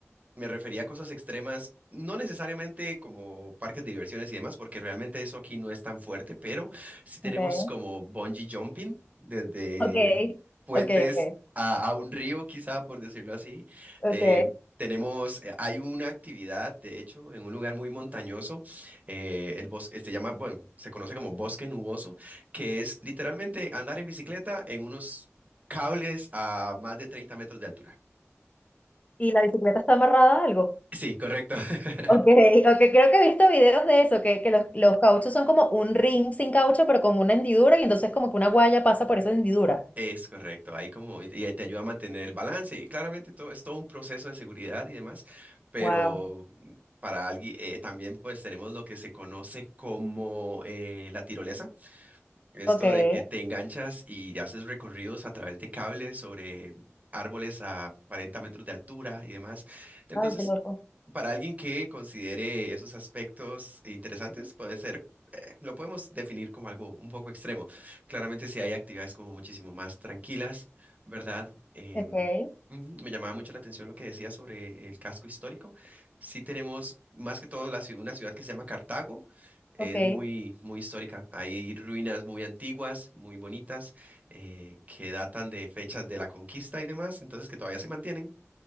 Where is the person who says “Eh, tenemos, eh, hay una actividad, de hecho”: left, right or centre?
Right